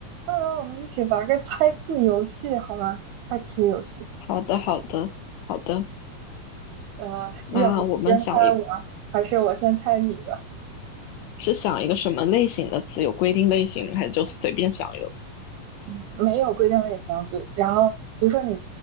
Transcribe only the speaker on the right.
快来，我们一起玩个猜字游戏好吗？猜词游戏。
呃，
要不先猜我，还是我先猜你的？
嗯，没有规定类型，比如然后比如说你